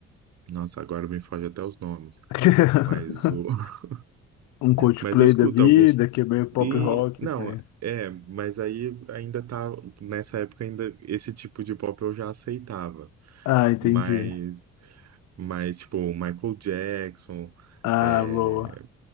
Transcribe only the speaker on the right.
nossa, agora me foge até os nomes,
mas o, <laughs>
mas eu escuto
alguns
E
não,
é, mas aí ainda tá nessa época ainda esse tipo de pop eu já aceitava,
mas mas tipo o Michael Jackson,
é,